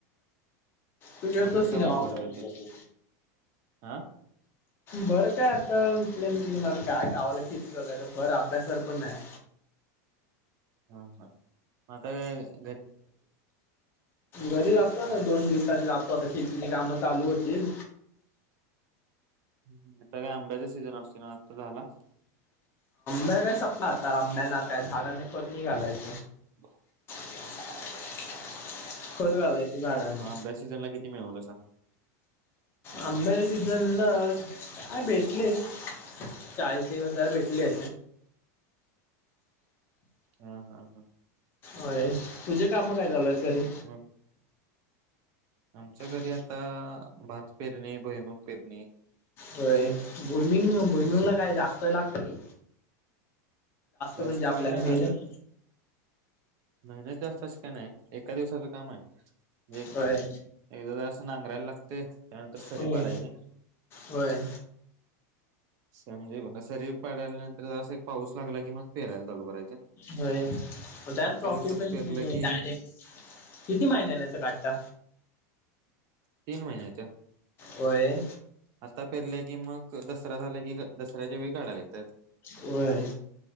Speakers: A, on the left; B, on the right.
A: तू खेततीि
B: मग कशावर
A: ना वातावरण
B: भर देतोय हा
A: बरं काय आ आ इडे तिक काय गावाला स्थितीलय भर अभ्यासर पण आहे
B: हा हा म
A: घरी जातता दोन दिवसाांनी जातो आता शेतीची काम चालू होतील
B: ह स का आंब्याचा सीझन असते ना झाला
A: म का सपना आता म नाता झाडाने पत निघालायच
B: ब
A: <inaudible> खत गलाय त झाडांना
B: मग आंब्या सीझनला किती मिळवलंसा
A: आंबाच्या सीझनला काय भेटले चाळीस एक हजार भेटले
B: हा हा हा
A: होय तुझे काम काय झालय तरी
B: मग आमच्या घरी
A: <unintelligible>
B: आता भात पेरणी भुईमुग पेरणी
A: होय भोमिंग. <unintelligible> ला काय जास्त लागते की?
B: जास्त
A: म्हणजे आपल्या
B: काही नाही
A: मेहनत
B: लागत. मेहनत जास्त अशी काय नाय. एका दिवसाच काम आहे. म्हणजे एक
A: होय
B: एकदा <unintelligible> असं नांगरायला लाग ते त्यानंतर सरी
A: होय
B: पाडायची.
A: होय.
B: म्हणजे बघा सरी पाडल्यानंतर असं एक पाऊस लागला की मग पेरायला चालू करायचं.
A: होय. त्यात
B: एका
A: प्रॉफिट
B: दिवसात
A: पण
B: पेरलं
A: <unintelligible>
B: की
A: डायरेक्ट. किती महिन्याला याचं काढता?
B: तीन महिन्याच्या.
A: व्हय.
B: आता पेरल्या की मग दसरा झाला की दसऱ्याच्या वेळी काढायलात.
A: होय.